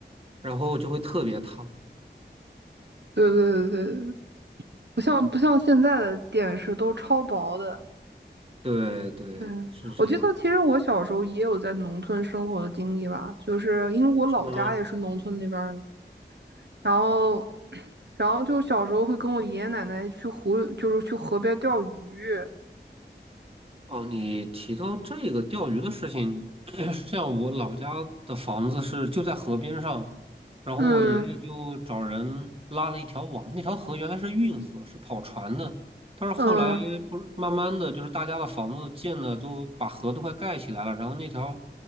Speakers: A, on the right; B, on the right.
A: 然后就会特别烫。
B: 对对对对对不像不像现在的电视都超薄的。
A: 嗯，对对，
B: 对，
A: 是这样，
B: 我记得其实我小时候也有在农村生活的经历吧，就是因为我老家也是农村那边儿的。
A: 是吗？
B: 然后，然后就小时候会跟我爷爷奶奶去湖，就是去河边钓鱼。
A: 哦，你提到这个钓鱼的事情，<clears throat> 是这样，我老家的房子是就在河边上，然后我爷爷就找人拉了一条网，
B: 嗯
A: 那条河原来是运河，是跑船的，但是后来不是慢慢的就是大家的房子建的都把河都快盖起来了，
B: 嗯，
A: 然后那条